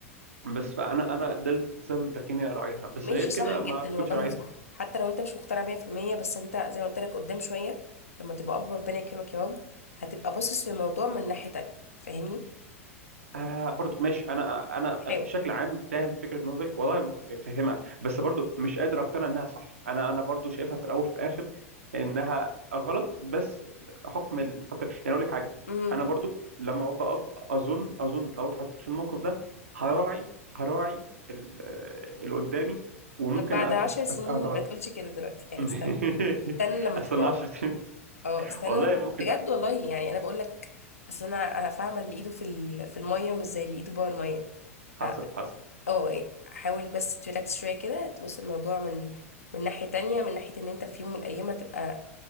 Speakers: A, on the right (about 70°); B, on the left (about 75°).
A: بس فانا انا ده السبب اللي خليني اراعيها بس
B: ماشي
A: غير كده
B: صح جدا
A: ما كنتش
B: والله
A: اراعيها
B: صح حتى لو انت مش مقتنع 100% بس انت زي ما قلت لك قدام شوية لما تبقى اب ربنا يكرمك يا رب هتبقى باصص للموضوع من ناحية تانية فاهمني؟
A: آه برضو ماشي انا انا
B: حاول
A: بشكل عام فاهم فكره نظرك والله مك- فاهمها بس برضو مش قادر اقتنع انها صح انا انا برضو شايفها في الاول وفي الاخر انها غلط بس حكم التقييم يعني اقول لك حاجه
B: امم
A: انا برضو لما ابقى اب اظن اظن لو اتحطيت في الموقف ده هراعي هراعي ال- آه، اللي قدامي وممكن
B: طب بعد عشر
A: أ- أست-
B: سنين
A: أت- اتغاضى
B: ما تقولش كده دلوقتي يعني
A: <laughs>
B: استنى استنى لما
A: استنى
B: تبقى
A: 10
B: اب
A: سنين
B: اه استنى
A: والله
B: انا
A: ممكن
B: بجد
A: ت-
B: والله يعني انا بقول لك اصل انا انا فاهمه اللي ايده في ال- في الميه مش زي اللي ايده جوه الميه
A: حصل
B: ف
A: حصل
B: اه حاول بس تريلاكس شويه كده تبص الموضوع من من ناحيه تانية من ناحيه ان انت في يوم من الايام هتبقى